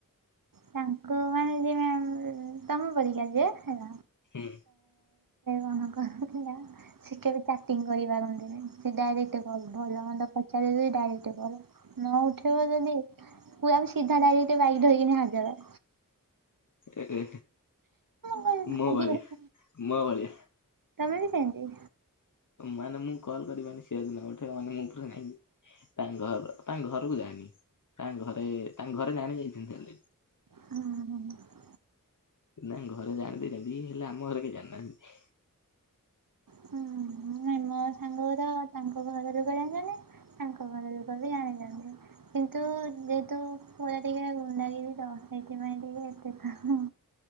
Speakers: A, on the right (about 75°); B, on the left (about 60°).
A: ତାଙ୍କୁ ମାନେ ଯେ, ତମ ପରିକା ଯିଏ ହେଲା।
B: ହୁଁ।
A: ଅହଁ କହୁଥିଲା। ସେ କେବେ ଚାଟିଂ କରିପାରନ୍ତିନି? ସିଏ ଡାଇରେକ୍ଟ କଲ୍। ଭଲ ମନ୍ଦ ପଚାରିଲେ ଡାଇରେକ୍ଟ କଲ୍। ନ ଉଠେଇବ ଯଦି, ପୁରା ବି ସିଧା ଡାଇରେକ୍ଟ ବାଇକ୍ ଧରିକିନା ହଜାର।
B: ଏ-ଏ,
A: ମୁଁ
B: ମୋ
A: କହିଲି
B: ଭଳିଆ,
A: ଭାଇ
B: ମୋ ଭଳିଆ।
A: ତମେ ବି ସେଁତି!
B: ମାନେ ମୁଁ କଲ୍ କରିବନି, ସେ ଯଦି ନ ଉଠେୟ, ମାନେ ମୁଁ ପୁରା ରାଗି ତାଙ୍କ ଘର ତାଙ୍କ ଘରକୁ ଯାଏନି। ତାଙ୍କ ଘରେ, ତାଙ୍କ ଘରେ ଜାଣି ଯାଇଛନ୍ତି ଅଲ୍ ରେଡି।
A: ଉଁ, ହୁଁ।
B: ତାଙ୍କ ଘରେ ଜାଣି ଦେଇଛନ୍ତି, ହେଲେ ଆମ ଘରେ କେହି ଜାଣିନାହାଁନ୍ତି?
A: ହୁଁ ନାଇ ମୋ ସାଙ୍ଗ ଗୁଡା ତାଙ୍କ ଘରଲୋକ ଜାଣିଛନ୍ତି ଆଙ୍କ ଘରଲୋକ ବି ଜାଣିଛନ୍ତି। କିନ୍ତୁ ଯେହେତୁ ପୁଅଟା ଟିକେ ଗୁଣ୍ଡାଗିରି ତ ସେଇଥିପାଇଁ ଟିକେ ଏତେ ତ୍